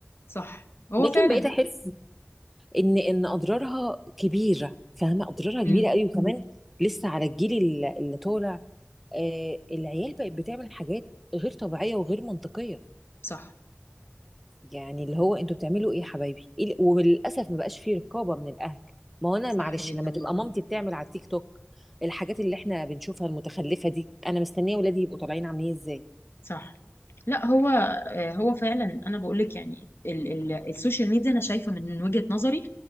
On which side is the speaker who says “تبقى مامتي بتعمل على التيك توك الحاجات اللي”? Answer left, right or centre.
Centre